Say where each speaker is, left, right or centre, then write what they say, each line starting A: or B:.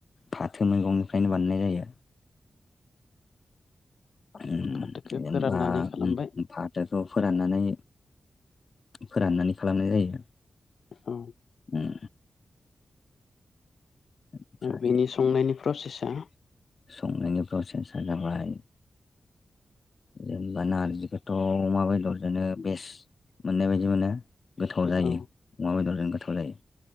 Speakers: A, on the left; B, on the left.
A: फाथो मैगंनिफ्रायनो बानायनाय जायो। उम
B: फाथोखौ
A: जेनबा
B: फोराननानै खालामबाय
A: उम उ फाथोखौ फोराननानै फोराननानै खालामनाय जायो
B: ओ उम
A: उम ओमफ्राय
B: बिनि संनायनि प्रसेसा
A: संनायनि प्रसेसा जाबाय जेनेबा नारजिखोथ' अमा बेदरजोनो बेस मोननाय बायदि मोनो गोथाव जायो
B: औ
A: अमा बेदरजों गोथाव जायो